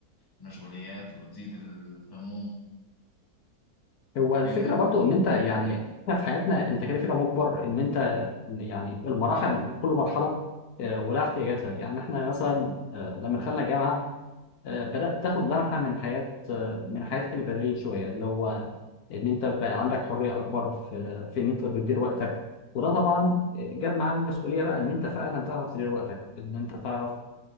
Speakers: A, on the left; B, on the left.
A: المشغوليات وتزيد الهموم
B: هو الفكرة
A: كأن
B: برضو ان انت يعني احنا في حياتنا انت كده كده مجبر ان انت يعني المراحل كل مرحلة آه، ولها احتياجاتها يعني احنا مثلا آه، لما دخلنا الجامعة آه، بدأت تاخد لمحة من حياة آه، من حياة البدرية شوية اللي هو ان انت بقى عندك حرية اكبر في في ان انت بتدير وقتك وده طبعا آه، جاب معاه المسؤولية بقى ان انت فعلا تعرف تدير وقتك ان انت تعرف